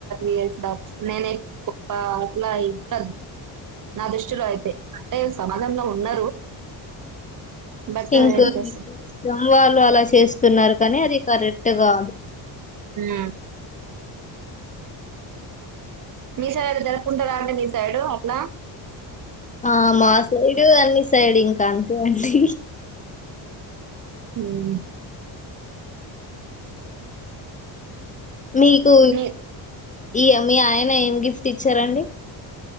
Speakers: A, on the right; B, on the left.
A: ఇయ నేనే పాట్లాయిట్ల నా దృష్టిలో అయితే అంటే సమాజంలో ఉన్నారు బట్
B: ఇంకాష్టం
A: ఏం చేస్తాం
B: వాళ్ళు అలా చేస్తున్నారు కానీ అది కరెక్ట్ గా
A: ఆమ్మ్ మీ సైడ్ అ జరుపుకుంటారా అంటడి మీ సైడు అట్లా
B: ఆ మా సైడు అన్ని సైడ్ ఇంకా అంతే అండి
A: హ్మ్మ్
B: మీకు
A: మీ
B: ఈ మీ ఆయన ఏం గిఫ్ట్ ఇచ్చారండి